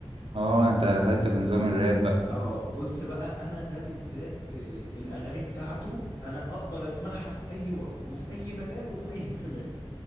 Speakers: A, on the right (about 70°); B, on the left (about 40°).
A: اه انت دخلت في نظام الراب
B: اه بص بقى انا ده بالذات آه، الاغاني بتاعته انا اقدر اسمعها في اي وقت وفي اي مكان وفي اي <laughs> زمان